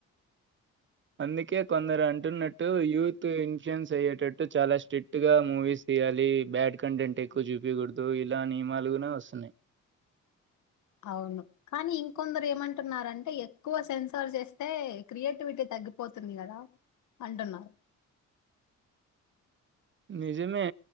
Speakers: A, on the right; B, on the left.
A: అందుకే కొందరు అంటున్నట్టు యూత్ ఇన్ఫ్లుూయెన్స్ అయ్యేటట్టు చాలా స్ట్రిక్ట్గా మూవీస్ తీయాలి బ్యాడ్ కంటెంట్ ఎక్కువ చూపియకూడదు ఇలా నియమాలు గున వస్తున్నాయ్
B: అవును కానీ ఇంకొందరు ఏమంటున్నారంటే ఎక్కువ సెన్సార్ చేస్తే క్రియేటివిటీ తగ్గిపోతుంది గదా అంటున్నారు
A: నిజమే